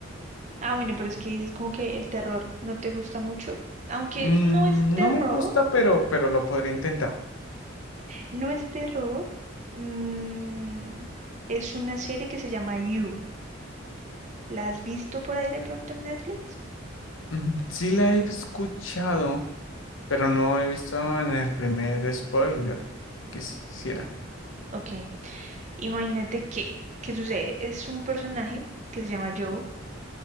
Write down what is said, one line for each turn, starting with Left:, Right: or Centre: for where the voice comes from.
Right: Ah, bueno, pero es que dices como que el terror no te gusta mucho. Aunque
Left: Mm,
Right: no es terror,
Left: no me gusta, pero, pero lo podré intentar.
Right: no es terror. mm, es una serie que se llama You. ¿La has visto por ahí de pronto en Netflix?
Left: Ujú, Sí la he escuchado. pero no he visto en el primer spoiler. Quisiera.
Right: Ok, imagínate que, ¿qué sucede? Es un personaje que se llama Joe,